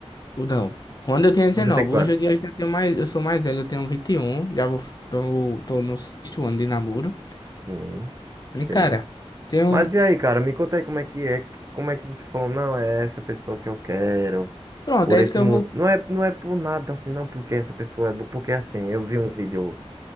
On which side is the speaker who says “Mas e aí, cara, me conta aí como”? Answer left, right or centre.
Right